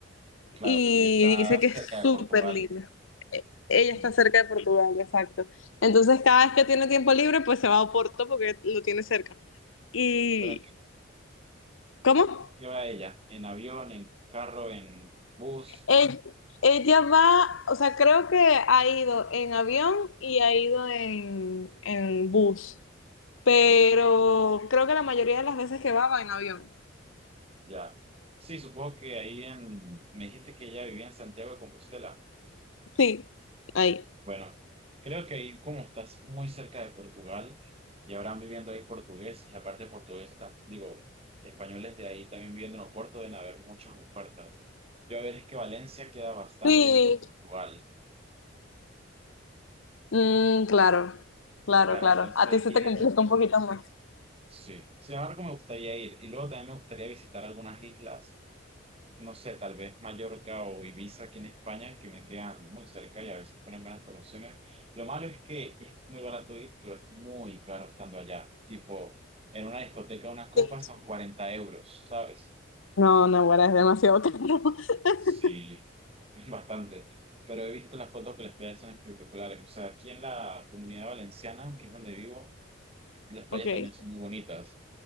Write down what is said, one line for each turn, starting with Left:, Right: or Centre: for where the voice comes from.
Right: Claro,
Left: y
Right: porque ya está
Left: dice que
Right: cerca
Left: es
Right: de
Left: súper
Right: Portugal.
Left: lindo. Ella
Right: Mm.
Left: está cerca de Portugal, exacto. Entonces, cada vez que tiene tiempo libre, pues se va a Oporto porque lo tiene cerca. ¿Y
Right: ¿Pero en
Left: cómo?
Right: qué qué va ella? ¿En avión, en carro, en bus?
Left: Ell- Ella, va, o sea, creo que ha ido en avión y ha ido en, en bus, pero
Right: Ok,
Left: creo que la mayoría de las veces que va va en avión.
Right: Ya. Sí, supongo que ahí en... Me dijiste que ella vivía en Santiago de Compostela.
Left: Sí, ahí.
Right: Bueno, creo que ahí como estás muy cerca de Portugal y habrán viviendo ahí portugués, y aparte portuguesa, digo, españoles de ahí también viviendo en Oporto deben haber muchas ofertas. Yo a ver es que Valencia queda bastante
Left: Sí,
Right: lejos de Portugal.
Left: Mm, claro, claro,
Right: Claro,
Left: claro.
Right: entonces
Left: A ti se
Right: ir
Left: te complica
Right: es un...
Left: un poquito más.
Right: Sí, sin embargo me gustaría ir y luego también me gustaría visitar algunas islas no sé, tal vez Mallorca o Ibiza aquí en España, que me quedan muy cerca y a veces ponen buenas promociones. Lo malo es que es muy barato ir, pero es muy caro estando allá. Tipo, en una discoteca una copa
Left: Sí.
Right: son 40 euros, ¿sabes?
Left: No, no, bueno, es demasiado caro. <laughs>
Right: Sí, es bastante. Pero he visto las fotos que las playas son espectaculares. O sea, aquí en la comunidad valenciana, que es donde vivo, las playas
Left: Ok,
Right: también son muy bonitas.